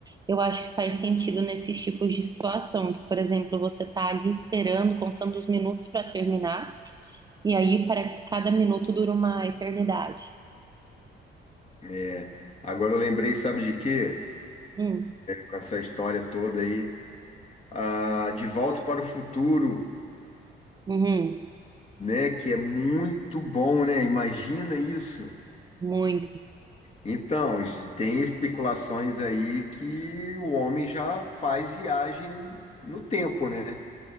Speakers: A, on the right; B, on the left.
A: eu acho que faz sentido nesses tipos de situação, que, por exemplo, você está ali esperando, contando os minutos para terminar, e aí parece que cada minuto dura uma eternidade.
B: É, Agora eu lembrei, sabe de quê?
A: Hum,
B: Com essa história toda aí. a De Volta para o Futuro,
A: uhum,
B: né? Que é muito bom, né? Imagina isso.
A: muito.
B: Então, j- tem especulações aí que o homem já faz viagem no tempo, né?